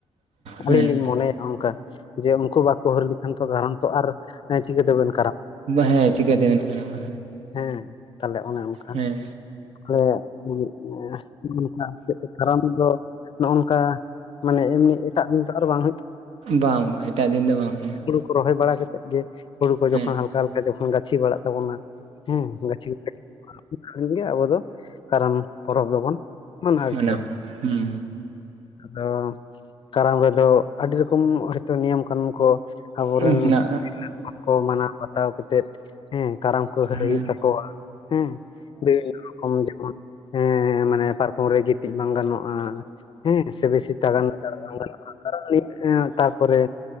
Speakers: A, on the left; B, on the right.
A: ᱟᱹᱞᱤᱧ
B: ᱦᱮᱸ
A: ᱞᱤᱧ ᱢᱚᱱᱮᱭ ᱱᱚᱝᱠᱟ ᱡᱮ ᱩᱱᱠᱩ ᱵᱟᱠᱚ ᱦᱟᱹᱨ ᱞᱮᱠᱷᱟᱱ ᱛᱚ ᱠᱟᱨᱚᱱ ᱛᱚ ᱟᱨ ᱪᱤᱠᱟᱹᱛᱮ ᱵᱮᱱ
B: ᱦᱮᱸ ᱪᱤᱠᱟᱹ ᱛᱮᱵᱮᱱ ᱠᱚᱨᱟᱣᱟ ᱦᱮᱸ
A: ᱦᱮᱸ ᱛᱟᱦᱚᱞᱮ ᱚᱱᱮ ᱚᱱᱠᱟ
B: ᱦᱮᱸ
A: <unintelligible> ᱠᱟᱨᱟᱢ ᱫᱚ ᱱᱚᱜᱼ ᱱᱚᱝᱠᱟ ᱢᱟᱱᱮ ᱮᱢᱱᱤ ᱮᱴᱟᱜ ᱫᱤᱱ ᱛᱚ ᱟᱨ ᱵᱟᱝ
B: ᱵᱟᱝ ᱵᱟᱝ ᱮᱴᱟᱜ ᱫᱤᱱ ᱫᱚ ᱵᱟᱝ ᱦᱩᱭᱩᱜᱼᱟ
A: ᱦᱩᱭᱩᱜ <unintelligible> ᱨᱚᱦᱚᱭ ᱵᱟᱲᱟ ᱠᱟᱛᱮᱫ ᱜᱮ ᱦᱩᱲᱩ ᱠᱚ ᱡᱚᱠᱷᱚᱱ
B: ᱦᱮᱸ
A: ᱦᱟᱞᱠᱟ ᱦᱟᱞᱠᱟ ᱡᱚᱠᱷᱚᱱ ᱜᱟᱪᱷᱤ ᱵᱟᱲᱟᱜ ᱛᱟᱵᱚᱱᱟ ᱦᱮᱸ ᱜᱟᱹᱪᱷᱤ ᱜᱮ ᱩᱱᱜᱮ ᱟᱵᱚ ᱫᱚ ᱠᱟᱨᱟᱢ ᱯᱚᱨᱚᱵᱽ ᱫᱚᱵᱚᱱ ᱢᱟᱱᱟᱣ
B: ᱢᱟᱱᱟᱣᱟ
A: ᱜᱮᱭᱟ ᱾
B: ᱦᱩᱸ
A: ᱟᱫᱚ ᱠᱟᱨᱟᱢ ᱨᱮᱫᱚ ᱟᱹᱰᱤ ᱨᱚᱠᱚᱢ ᱛᱚ ᱱᱤᱭᱚᱢ ᱠᱟᱹᱱᱩᱱ ᱠᱚ ᱟᱵᱚᱨᱮᱱ
B: ᱦᱮᱱᱟᱜᱼᱟ
A: ᱛᱤᱨᱞᱟᱹ ᱠᱚ ᱢᱟᱱᱟᱣ ᱵᱟᱛᱟᱣ ᱠᱟᱛᱮᱫ ᱦᱮᱸ ᱠᱟᱨᱟᱢ ᱠᱚ ᱦᱟᱹᱨᱟᱹᱭ
B: ᱦᱮᱸ
A: ᱦᱩᱭᱩᱜ ᱛᱟᱠᱚᱣᱟ ᱦᱮᱸ ᱵᱤᱵᱷᱤᱱᱚ ᱨᱚᱠᱚᱢ ᱡᱮᱢᱚᱱ ᱦᱮᱸ ᱢᱟᱱᱮ ᱯᱟᱨᱠᱚᱢ ᱨᱮ ᱜᱤᱛᱤᱡ ᱵᱟᱝ ᱜᱟᱱᱚᱜᱼᱟ, ᱦᱮᱸ ᱥᱮ ᱵᱮᱥᱤ <inaudible> <unintelligible> ᱵᱟᱝ ᱜᱟᱱᱚᱜᱼᱟ ᱛᱟᱨᱯᱚᱨᱮ